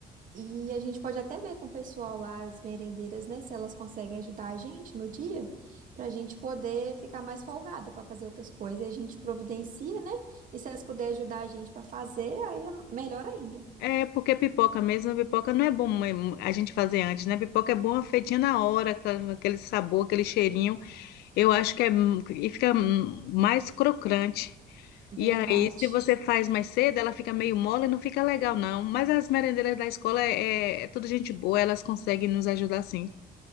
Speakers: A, on the right; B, on the left.
A: E a gente pode até ver com o pessoal lá, as merendeiras, né, se elas conseguem ajudar a gente no dia, para a gente poder ficar mais folgada para fazer outras coisas. E a gente providencia, né? E se elas puderem ajudar a gente para fazer, aí é melhor ainda.
B: É, porque pipoca mesmo, pipoca não é bom mas a gente fazer antes, né? Pipoca é boa feitinha na hora, com aquele sabor, aquele cheirinho. Eu acho que é, hum, e fica hum, mais crocante.
A: Verdade.
B: E aí, se você faz mais cedo, ela fica meio mole, não fica legal, não. Mas as merendeiras da escola é, é é tudo gente boa, elas conseguem nos ajudar sim.